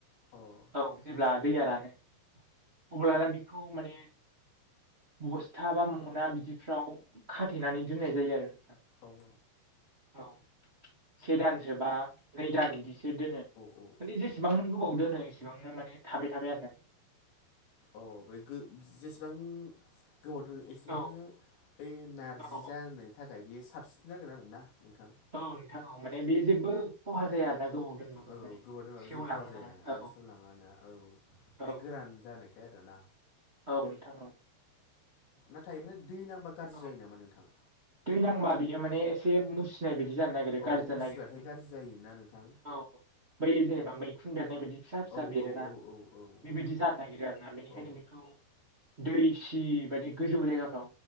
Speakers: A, on the left; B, on the right.
A: ओ अ
B: औ जेब्ला दैया रानो अब्लाना बेखौ माने बसथा बा मना बिदिफ्राव खाथेनानै दोननाय जायो आरो नोंथां
A: औ औ
B: औ से दानसो बा नै दान बिदिसो दोनो
A: औ औ
B: माने जेसेबां
A: औ
B: नों गोबाव दोनो एसेबांनो माने थाबाय थाबाय आरोनानै।
A: अ बेै गो जेसेबां गोबाव दोनो एसेबांनो
B: औ
A: बै नारजि
B: औ
A: जानि थाखाय बेयो साबसिन जागोन आरो ना नोंथां।
B: औ नोंथां‌ औ माने बेयो जेबो खहा जाया आरोना। गोबाव दोनबाबो
A: औ औ
B: माने
A: गोबाव दोनबाबो
B: सेवलाङा
A: जेबो खहा जाया
B: औ
A: सेवलाङानो औ
B: औ
A: बे गोरान जानाय खाय आरोना।
B: औ नोंथां औ।
A: नाथाय ओमफ्राय दै नांबा गाज्रि
B: औ
A: जायो नामा नोंथां?
B: दै नांबा बियो माने एसे मुसि नाय बायदि जानो नागिरो
A: औ
B: गाज्रि
A: मुसिबाथाय
B: जानो नागिरो ओंखायनो
A: गाज्रि जायोना नोंथां
B: औ बै जेनेबा मैखुन बेरनाय बादि फिसा फिसा
A: औ
B: बेरोना
A: औ औ औ औ
B: बेबादि
A: औ नोंथां
B: जानो नागिरो आरोना बेनिखायनो
A: अ
B: बेखौ दै सियि बायदि गोजौ जायगाफ्राव